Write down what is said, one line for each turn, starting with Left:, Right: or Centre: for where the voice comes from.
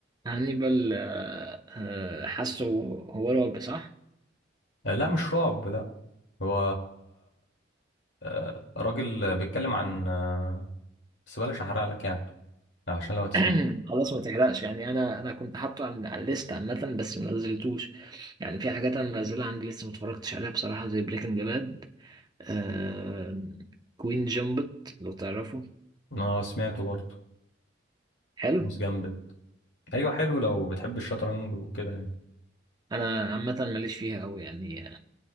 Right: هانيبال آه، آه، حاسه هو الرعب صح
Left: آه، لا مش رعب لا هو آه، راجل بيتكلم عن آه، بس بلاش احرق لك يعني عشان لو هتسمع
Right: <clears throat> خلاص ما تحرقش يعني انا انا كنت حاطه على على الليست عامه بس ما نزلتوش يعني في حاجات انا منزلها عندي لسه ما اتفرجتش عليها بصراحه زي بريكنج باد آه... كوين جامبت لو تعرفه
Left: اه سمعته برضه
Right: حلو
Left: جيمس جامبت ايوه حلو لو بتحب الشطرنج وكده يعني
Right: انا عامه ماليش فيها قوي يعني